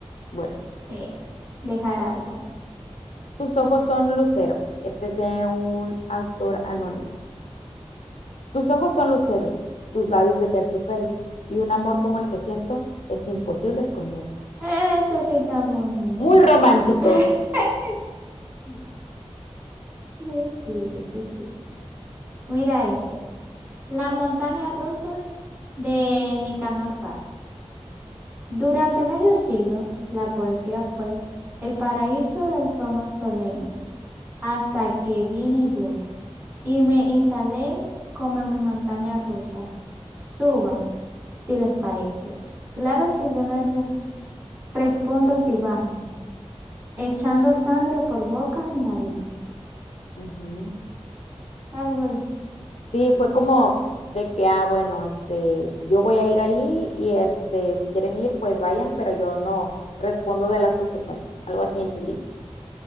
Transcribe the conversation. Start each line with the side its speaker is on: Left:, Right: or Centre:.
Left: Bueno,
Right: eh, dejar algo.
Left: tus ojos son lucero. Este es de un autor anónimo. Tus ojos son luceros, tus labios de terciopelo y un amor como el que siento es imposible esconderlo.
Right: Ese sí está bonito.
Left: Muy romántico.
Right: <laughs> Ese sí, ese sí, ese sí. Mira este. La montaña rusa de Nicanor Parra. Durante medio siglo, la poesía fue el paraíso del tono solemne. Hasta que vine yo. Y me instalé como en mi montaña rusa. Suban, si les parece. Claro que yo no re- respondo si bajan, echando sangre por bocas y narices.
Left: Ujú.
Right: Algo ahí.
Left: Sí, fue como de que, ah, bueno, este, yo voy a ir ahí y este, si quieren ir, pues vayan, pero yo no respondo de las consecuencias. Algo así entendí.